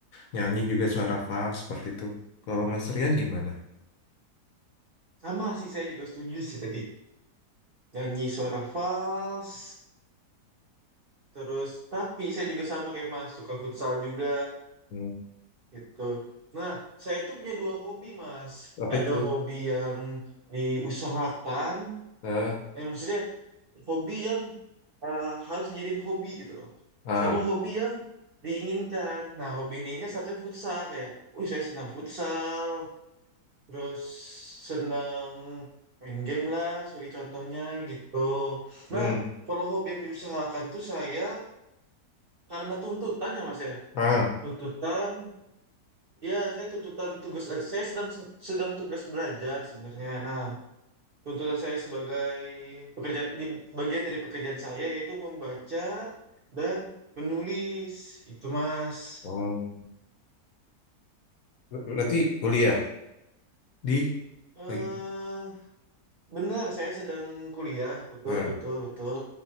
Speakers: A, on the left (about 65°); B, on the right (about 50°).
A: Nyanyi juga suara fals seperti itu. Kalau Mas Rian gimana?
B: Sama sih saya juga setuju sih tadi. Nyanyi suara fals, terus tapi saya juga sama kayak Mas, suka futsal juga
A: Hmm,
B: gitu. Nah, saya itu punya dua hobi Mas.
A: apa
B: Ada
A: itu?
B: hobi yang diusahakan,
A: Eh,
B: eh, maksudnya hobi yang eh, harus dijadiin hobi gitu loh.
A: ah,
B: Sama hobi yang diinginkan. Nah, hobi yang diinginkan satu futsal kayak, uh saya senang futsal, terus seneng main game lah sebagai contohnya gitu.
A: hmm,
B: Nah, kalau hobi yang diusahakan tuh saya karena tuntutan ya Mas ya.
A: ah.
B: Tuntutan, ya saya tuntutan tugas saya sedang sedang tugas belajar sebenarnya. Nah, tuntutan saya sebagai pekerja di bagian dari pekerjaan saya yaitu membaca dan menulis. Itu Mas.
A: Oh, berarti kuliah di
B: Eh,
A: lagi.
B: benar saya sedang kuliah, betul
A: Eh,
B: betul betul.